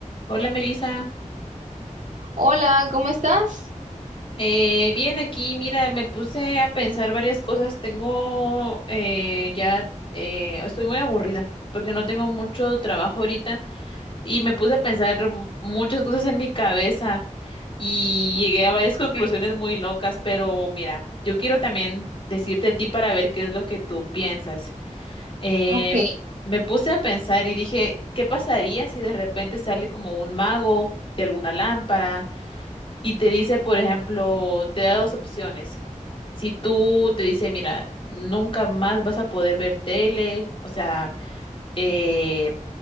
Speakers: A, on the left; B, on the right.
A: Hola Melissa,
B: Hola, ¿cómo estás?
A: Eh, bien aquí, mira, me puse a pensar varias cosas, tengo eh, ya, eh, estoy muy aburrida porque no tengo mucho trabajo ahorita y me puse a pensar mu- muchas cosas en mi cabeza y llegué a varias <laughs> conclusiones muy locas, pero mira, yo quiero también decirte a ti para ver qué es lo que tú piensas. Eh,
B: Ok,
A: me puse a pensar y dije, ¿qué pasaría si de repente sale como un mago de alguna lámpara? y te dice, por ejemplo, te da dos opciones. Si tú te dice, mira, nunca más vas a poder ver tele, o sea, eh,